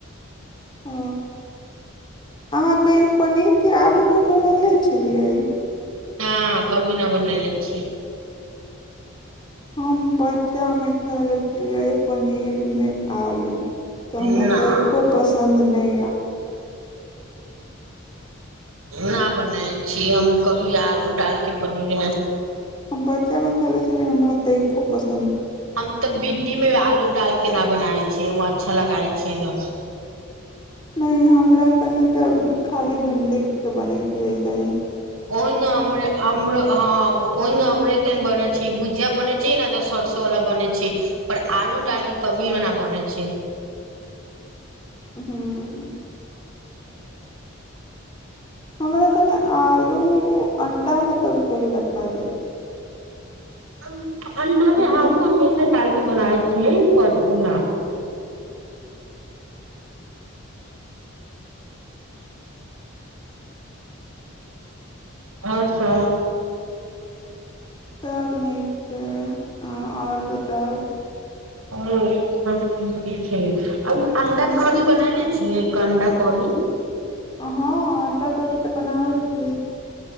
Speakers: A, on the left; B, on the right.
A: ओ अहाँ कहियो पनीरके आलूमे बनैले छलियै
B: न कभी न बनेले छियै
A: हम बच्चामे खैले छलियै पनीरमे आलू तऽ
B: ना
A: हमरा तनिको पसन्द नहि या <inaudible>
B: न बनाै छी हम कभी आलू डालके पनीरमे
A: हम बच्चा मे खैले छलियै हमरा तनिको पसंद
B: हम तऽ भिन्डी मे आलू डालके ना बनाए छियै व अच्छा लगाई छियै न
A: नहि हमरा कने तऽ खाली भिणडीके बनैती यै
B: ओहि मे अम्र अम्र हँ ओहि न हमरेके बने छी भुजिया बने छियै न तऽ सरसो वाला बने छै पर आलू डालके कभी ना बनेै छै
A: ह्म
B: ह
A: हमरा कनि आलू अण्डामे कभी कभी रखा जाइ
B: अम अण्डा
A: ओ
B: मे
A: भी
B: आलू हमेशा डालके के बनाय छियै पर उ ना आठ सौ
A: सभ नीक छै अहाँ और बताउ
B: ओ सब ठीके छै ओ अण्डा कढ़ी बनैले छियै अण्डा कढ़ी
A: हँ अण्डा कड़ी तऽ बनाबै छियै